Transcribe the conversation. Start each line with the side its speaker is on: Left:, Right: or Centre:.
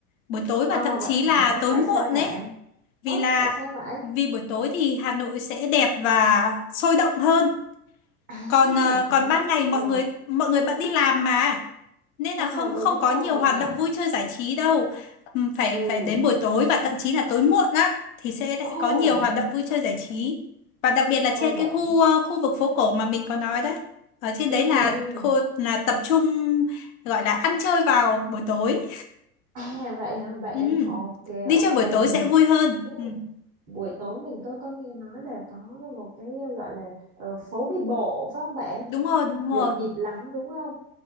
Left: Buổi tối và
Right: Ờ,
Left: thậm
Right: vậy
Left: chí là
Right: hả
Left: tối
Right: tại
Left: muộn
Right: sao bạn
Left: ấy. Vì
Right: ôi
Left: là
Right: tại sao vậy
Left: vì buổi tối thì Hà Nội sẽ đẹp và sôi động hơn.
Right: à
Left: còn ờ,
Right: nói
Left: còn ban ngày mọi
Right: ờ
Left: người mọi người bận đi làm mà nên
Right: ờ
Left: là không không
Right: đúng
Left: có
Right: rồi
Left: nhiều hoạt
Right: nhỉ
Left: động vui chơi giải trí đâu Ừm, phải
Right: ừ
Left: phải đến buổi tối và thậm chí là tối muộn á thì sẽ lại
Right: ồ
Left: có nhiều hoạt động vui chơi giải trí và đặc biệt là
Right: ồ
Left: trên
Right: bạn
Left: cái khu ờ, khu vực
Right: ừ
Left: phố cổ mà mình có nói đấy ở trên
Right: ừ
Left: đấy là
Right: ừ
Left: khu là tập trung gọi là ăn chơi vào buổi tối
Right: à vậy hả bạn
Left: Ừm,
Right: ok
Left: đi
Right: ok
Left: chơi buổi tối
Right: mình
Left: sẽ vui hơn
Right: ừ.
Left: Ừm,
Right: buổi tối mình có có nghe nói là có một cái ờ, gọi là ờ, phố đi bộ phải không bạn
Left: đúng rồi đúng rồi
Right: nhộn nhịp lắm đúng không